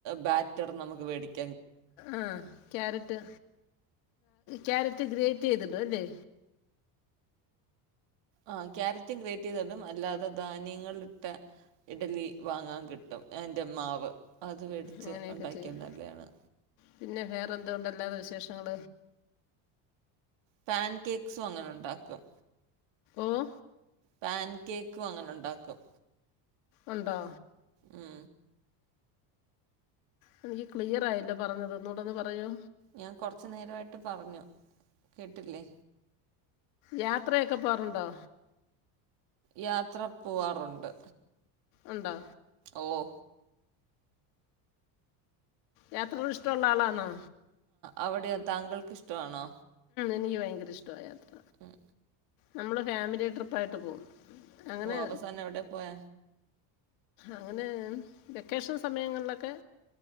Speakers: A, on the right; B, on the left.
A: ബാറ്റർ നമുക്ക് മേടിക്കും
B: ആ കാരറ്റ് ക്യാരറ്റ് ഗ്രേറ്റ് ചെയ്ത് ഇടും അല്ലേ
A: ആ ക്യാരറ്റ് ഗ്രേറ്റ്‌ ചെയ്ത് ഇടും അല്ലാതെ ധാന്യങ്ങട്ട് ഇഡലി വാങ്ങാം കിട്ടും തോ എൻ മാവ് അത് മേടിച്ച്
B: അങ്ങനെയൊക്കെ
A: ഉണ്ടാക്കിയ
B: ചെയ്യും
A: നല്ലതാണ്
B: പിന്നെ വേറെ എന്തുണ്ട് അല്ലാതെ വിശേഷങ്ങൾ
A: പാൻ കേക്സും അങ്ങനെ ഉണ്ടാക്കും
B: ഓഹ്
A: പാൻ കേക്കും അങ്ങനെ ഉണ്ടാക്കും
B: ഉണ്ടോ
A: ഉം
B: എനിക്ക് ക്ലിയർ ആയില്ലാ പറഞ്ഞത് ഒന്നുകൂടൊന്ന് പറയോ?
A: ഞാൻ കൊറച്ചു നേരമായിട്ട് പറഞ്ഞു. കേട്ടില്ലേ
B: യാത്രയൊക്കെ പോകാറുണ്ടോ?
A: യാത്ര പോവാറുണ്ട്
B: ഉണ്ടോ
A: ഓഹ്
B: യാത്രകൾ ഇഷ്ടമുള്ള ആളാണോ?
A: അവിടെയ താങ്കൾക്ക് ഇഷ്ടണോ?
B: എനിക്ക് ഭയങ്കര ഇഷ്ടമാ യാത്ര
A: ഉം
B: നമ്മള് ഫാമിലി ട്രിപ്പ് ആയിട്ട് പോകും അങ്ങനെ
A: വാപ്പസന്നെ എവിടെ പോയ
B: അങ്ങനെ വെക്കേഷൻ സമയങ്ങളിലൊക്കെ